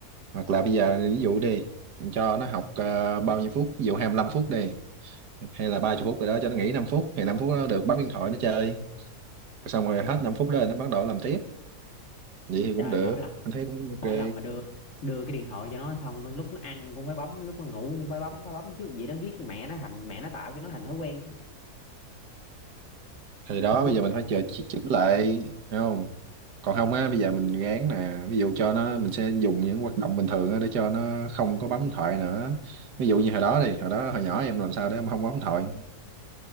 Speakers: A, on the right; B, on the left.
A: hoặc là bây giờ ví dụ đi mình cho nó học ờ, bao nhiêu phút ví dụ 25 phút đi hay là 30 phút rồi đó cho nó nghỉ năm phút thì 5 phút nó được bấm điện thoại nó chơi xong rồi hết 5 phút đó nó bắt đầu làm tiếp vậy thì cũng
B: Trời
A: được
B: mỗi lần
A: anh thấy cũng ok
B: mỗi lần mà đưa đưa cái điện thoại cho nó xong lúc nó ăn cũng phải bấm lúc nó ngủ cũng phải bấm phải bấm trước vậy đó ghét mẹ nó thành mẹ nó tạo cho nó thành thói quen
A: thì đó
B: không biết
A: bây giờ
B: giờ
A: mình phải chờ chỉ- chỉnh lại thấy không còn không á bây giờ mình gán nè ví dụ cho nó mình sẽ dùng những hoạt động bình thường á để cho nó không có bấm điện thoại nữa ví dụ như hồi đó đi hồi đó hồi nhỏ em làm sao để em không bấm điện thoại